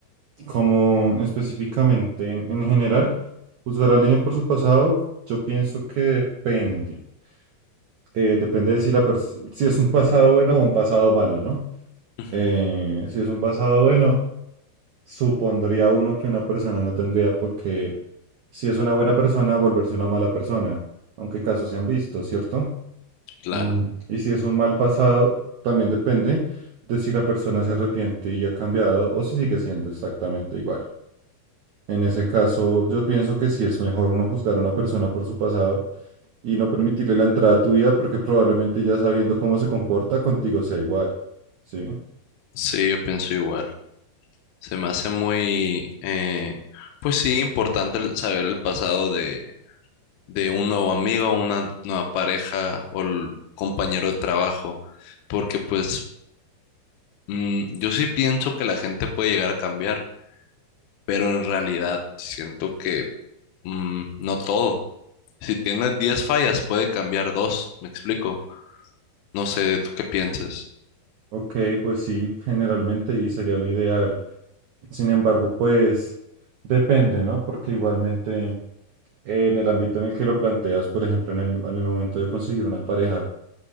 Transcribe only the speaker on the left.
Ujú,
Claro,
sí, yo pienso igual. Se me hace muy, eh, pues sí, importante el- saber el pasado de, de un nuevo amigo, una nueva pareja o el compañero de trabajo, porque pues Mm, yo sí pienso que la gente puede llegar a cambiar, pero en realidad siento que mm, no todo. Si tienes 10 fallas, puede cambiar dos, me explico. No sé, ¿tú qué piensas?